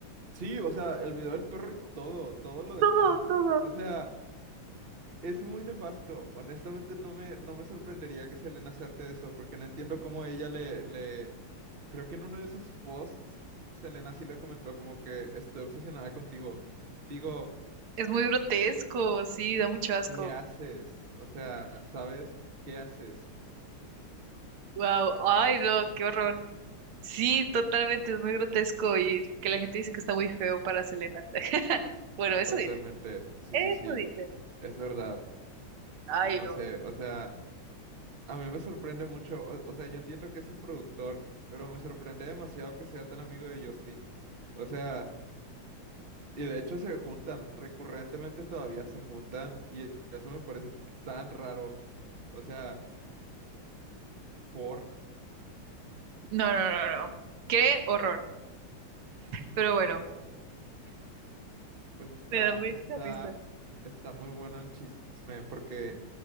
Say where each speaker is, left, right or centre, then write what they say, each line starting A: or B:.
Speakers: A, on the right; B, on the right.
A: Sí, o sea, el video del perro y todo, todo lo demás.
B: Todo, todo.
A: O sea. Es muy nefasto. Honestamente, no me, no me sorprendería que Selena Hacerte de eso, porque no entiendo cómo ella le, le... Creo que en uno de sus posts, Selena sí le comentó como que estoy obsesionada contigo. Digo,
B: Es muy grotesco, sí, da mucho asco.
A: ¿qué haces? O sea, ¿sabes? ¿Qué haces?
B: Wow, ay, no, qué horror. Sí, totalmente, es muy grotesco y que la gente dice que está muy feo para Selena. <laughs> Bueno, eso
A: Totalmente.
B: dice.
A: Sí,
B: Eso
A: sí, sí.
B: dice.
A: Es verdad.
B: Ay,
A: Y no
B: no.
A: sé, o sea, a mí me sorprende mucho. O, o sea, yo entiendo que es su productor, pero me sorprende demasiado que sea tan amigo de Justin. O sea... Y de hecho se juntan, recurrentemente todavía se juntan y eso me parece tan raro. O sea, por,
B: No, no, no, no. Qué horror. Pero bueno,
A: pues está,
B: me da mucha
A: está,
B: risa.
A: está muy bueno el chisme porque